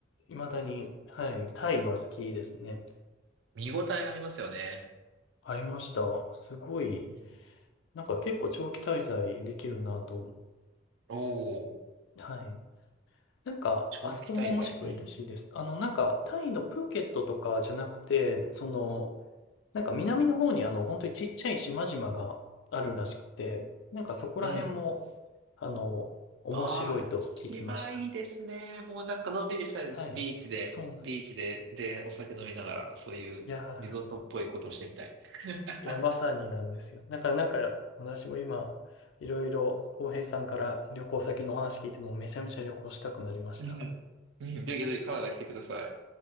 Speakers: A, on the left; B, on the right.
A: 未だに、はい、タイは好きですね。
B: 見応えありますよね。
A: ありました。すごい、
B: うん。
A: なんか結構長期滞在できるなと。
B: おお、
A: はい。なんか、
B: 長期滞在。
A: あそこも面白いらしいです。
B: うん。
A: あの、なんか、タイのプーケットとかじゃなくて、その、なんか南の方にあの、本当にちっちゃい島々があるらしくて、なんかそこら辺も、
B: うん。
A: あの、面白いと聞きました。
B: ああ、島いいですね。もうなんかのんびりしたいです。
A: はい。
B: ビーチで、
A: そうなん。
B: ビーチで、で、お酒飲みながら、そういうリゾートっぽいことをしてみたい。
A: いや
B: <laughs>
A: ー、いや、まさになんですよ。だからなんか、私も今、いろいろ、浩平さんから旅行先のお話聞いても、めちゃめちゃ旅行したくなりました。
B: うん。うんぜひぜひカナダ来てください。